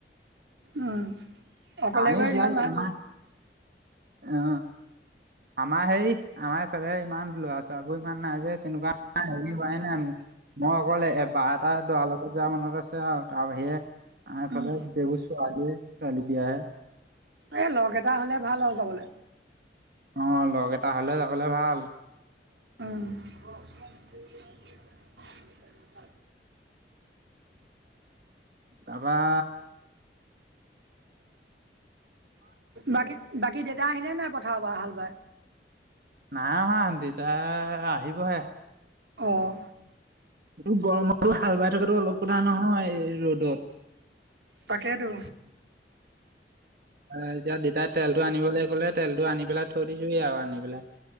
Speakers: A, on the right; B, on the right.
A: উম অকলে
B: আমি
A: গৈ
B: এইবিলাক
A: যিমান ভাল
B: আমাৰ অ আমাৰ সেই আমাৰফাল ইমান লৰা ছোৱাল ইমান নাই যে তেনেকুৱা নাই কি হয়াই নাই মই অকল এবাৰ এটা দৰা লগত যোৱা মনত আছে আৰু তাৰ বাহিৰে আহফালে
A: উম
B: বগুচছু আজি কালি বিিয় আহে
A: এ লগ এটা হ'লে ভাল হ যাবলৈ
B: অ লগ এটা হলে যাবলে ভাল
A: আহ
B: তাৰপৰা
A: বাকী বাকী দেউতা আহিলে নাই পঠাৰব হাল বাই
B: নাই অহা দেতা আহিবহে
A: অঁ
B: এইটো গৰমতো হাল বাই থকাাতটো অলপ কথা নহয় ৰ'দত।
A: তাকেইেতো
B: এতিয়া দেতাই তেলটো আনিবলৈ গ'লে তেলটো আনি পেলাই থৈ দিছোে আৰু আনি পেলাই